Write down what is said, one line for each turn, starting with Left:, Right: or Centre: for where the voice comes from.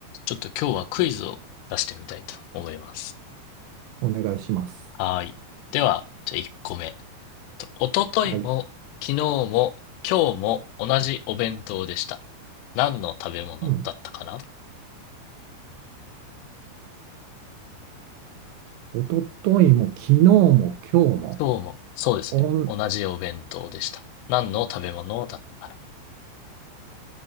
Left: ちょっと今日はクイズを出してみたいと思います。
Right: お願いします。
Left: はーい。では、じゃあ1個目。とおとといも、
Right: はい。
Left: 昨日も、今日も同じお弁当でした。何の食べ物だったかな
Right: うん。おとといも昨日も今日も、
Left: 今日も、そうですね。
Right: オン
Left: 同じお弁当でした。何の食べ物だったかな